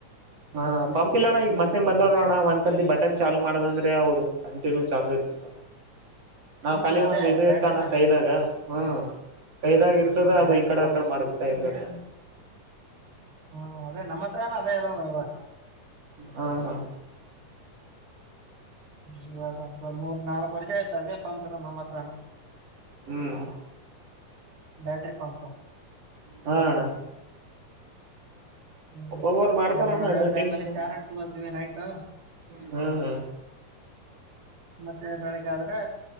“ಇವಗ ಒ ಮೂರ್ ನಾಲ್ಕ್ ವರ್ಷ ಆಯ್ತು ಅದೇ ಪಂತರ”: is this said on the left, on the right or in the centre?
Right